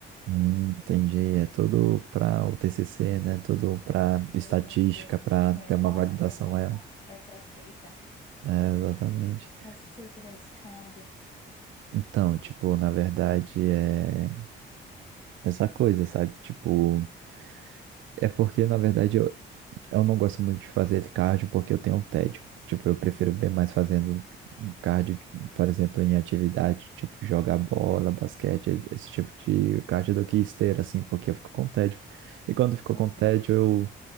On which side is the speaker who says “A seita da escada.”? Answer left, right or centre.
Left